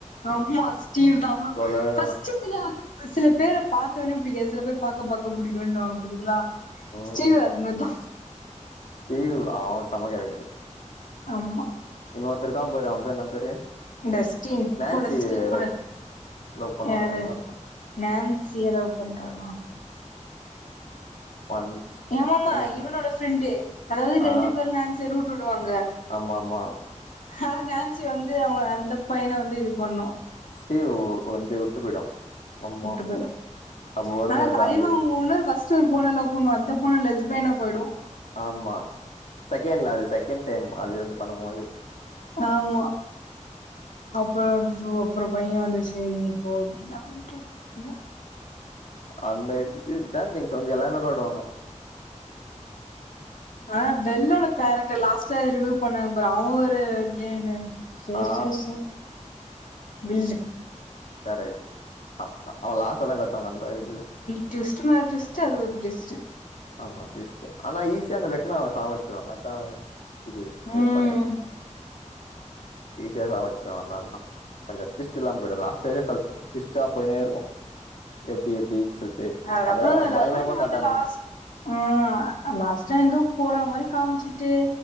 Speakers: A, on the left; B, on the left.
A: ஆமா ஸ்டீவ் தா
B: சொல்லவே
A: ஃபஸ்ட்
B: வேணா
A: இதுல வந்து சில பேர பாத்த ஒடனே புடிக்காது சில பேர் பாக்க பாக்க புடிக்குன்னுவாங்க பாத்தீங்ளா
B: ம்
A: ஸ்டிவேர் அதுமாரிதா
B: ஸ்டீவ் அவன் செம்ம கேரக் டர்
A: ஆமா
B: இங்கஒருதா இருக்கா பாரு அவன் பேரு என்ன பேரு
A: இந்த ஸ்டின்
B: நான்சி
A: கூட ஸ்டீவ்
B: லவ்
A: கூட
B: லவ் பண்ணுவானே
A: யாரு
B: இன்னொருத்த
A: நன்சி லவ் பண்றானா
B: வந்துச்சு
A: ஆமா ஆமா
B: நான்சி
A: இவனோட ஃப்ரெண்டு அதாவது
B: ஆ
A: ரெண்டு பேரும் நன்சிய ரூட் விடுவாங்க
B: ஆமா ஆமா
A: ஆனா நன்சி வந்து அந்த பையன வந்து இது பண்ணு
B: ஸ்டீவ் வந்து விட்டு போயிடூம் ஆமா
A: விட்டு போயிடும்
B: அப்ப வரும்
A: ஆனா
B: பாரு
A: தலைவன்
B: காண்டு
A: அவங்க ஓனர் ஃபர்ஸ்ட் ஒரு பொண்ண லவ் பண்ணு அந்த பொண்ணு லெஸ்பியன்னா போய்டும்
B: ஆமா செகண்ட்ல அது செகண்ட் டைம் அது வந்து பண்ணுமோது
A: ஆமா அப்பறம் அப்புறம் பைய வந்துச்சு சரி நீ போ என்ன பட்டு அப்படி சொல்லுவா
B: அந்த ச திங்ஸ் வந்து எல்லாமே சொல்லிடுவா அவ
A: ஆனா வெள்ளோட கேரக்டர் லாஸ்ட்ட ரிவூ பண்ணாங்க பாரு அவ ஓர் கென்னு சேர்
B: ஆ
A: சேர் சேர் வில்லு
B: கரெக்ட் அ அவ லாஸ்ட்டாதா காட்வாங்க அந்த இது
A: ட்விஸ்ட் மேல ட்விஸ்ட் அது ஒரு ட்விஸ்ட்டு
B: ஆமா ட்விஸ்டு ஆனா ஈஸியா அந்த வெக்னா அவ சாவடிச்சிருவா அதா இது வெர்ப்பாயிரு
A: ம்
B: ஈஸியா சாவச்சிருவாங்க அதுனாலதா கொஞ்ச ட்டிவிஸ்ட் இல்லாம போயிடு லாஸ்ட் வரியு சொ ட்விஸ்ட்டா போயினே இருக்கு எப்டி எப்டி சொலாட்டு
A: அதுக்கப்புறம்
B: அத
A: அந்த
B: பயங்கரமா
A: லெவன்
B: காட்ட
A: வந்து
B: ஆரம்பிச்
A: லாஸ்ட் ஆ லாஸ்ட்டா எங்கோ போற மாரி காமிச்சுட்டு